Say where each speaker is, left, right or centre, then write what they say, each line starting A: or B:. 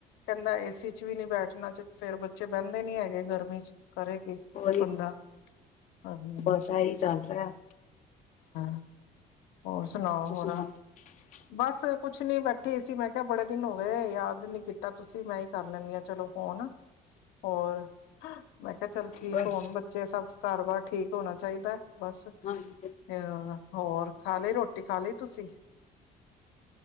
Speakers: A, on the left; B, on the left.
A: ਕਹਿੰਦਾ ਏਸੀ ਵੀ ਨੀ ਬੈਠਣਾ ਚ ਫੇਰ ਬੱਚੇ ਬਹਿੰਦੇ ਨੀ‌ ਹੈਗੇ ਗਰਮੀ ਚ, ਕੀ ਕਰੇ ਕੀ
B: ਲੀ
A: ਬੰਦਾ ਹੂੰ
B: ਬਸ ਇਹ ਚਲ ਰਿਹਾ।
A: <inaudible> ਹੋਰ ਸੁਣਾਉ ਹੋਰ।
B: <unintelligible>
A: ਬਸ ਕੁਛ ਨੀ ਬੈਠੀ ਸੀ, ਮੈਂ ਕਿਹਾ ਬੜੇ ਦਿਨ ਹੋ ਗਏ ਯਾਦ ਨੀ ਕੀਤਾ ਤੁਸੀਂ, ਮੈਂ ਹੀ ਕਰ ਲੈਣੀ ਆ ਚਲੋ, ਫੋਨ ਹੋਰ, ਮੈਂ ਕਿਹਾ ਚੱਲ ਠੀਕ
B: ਬਸ
A: ਹੋਣ ਬੱਚੇ ਸਭ। ਕਾਰੋਬਾਰ ਠੀਕ ਹੋਣਾ ਚਾਹੀਦਾ। ਬਸ ਤੇ
B: ਹਾਂਜੀ
A: ਹੋਰ ਖਾ ਲਈ ਰੋਟੀ ਖਾ ਲਈ ਤੁਸੀਂ।